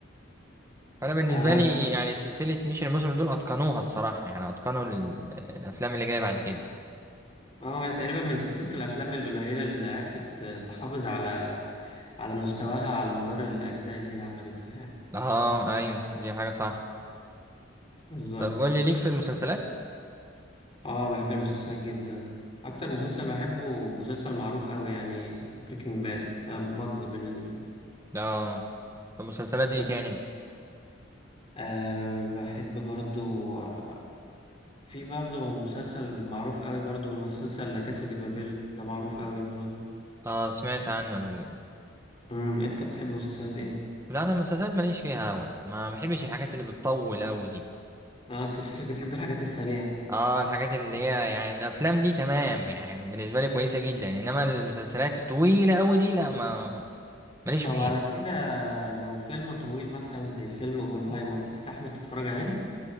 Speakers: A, on the right; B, on the left.
A: فانا بالنسبة
B: أنا
A: لي
B: ب...
A: يعني سلسلة ميشن امبوسيبل دول اتقنوها الصراحة يعني اتقنوا ال- الافلام اللي جاية بعد كده
B: اه هي تقريبا من سلسلة الأفلام القليلة اللي عرفت آه، تحافظ على على مستواها على مدار الأجزاء اللي هي عملتها يعني
A: اه ايوه دي حاجة صح
B: بالظبط
A: طب قول لي ليك في المسلسلات
B: اه بحب المسلسلات جدا اكتر مسلسل بحبه مسلسل معروف قوي يعني بريكنج باد ده مفضل بالنسبه لي
A: اه طب مسلسلات ايه
B: انت
A: تاني
B: أه بحب برضو آه، في برضو مسلسل معروف قوي برضو مسلسل لا كاسا دي بابيل ده معروف قوي برضو
A: اه سمعت عنه قبل كده
B: امم انت بتحب مسلسلات ايه
A: لا انا المسلسلات ماليش فيها قوي ما بحبش الحاجات اللي بتطول قوي دي
B: اه انت شكلك بتحب الحاجات السريعه
A: اه الحاجات اللي هي يعني الافلام دي تمام يعني بالنسبه لي كويسه جدا انما المسلسلات الطويله قوي دي لا ما ماليش
B: طب
A: فيها
B: على كده لو فيلم طويل مثلا زي فيلم اوبنهايمر تستحمل تتفرج عليه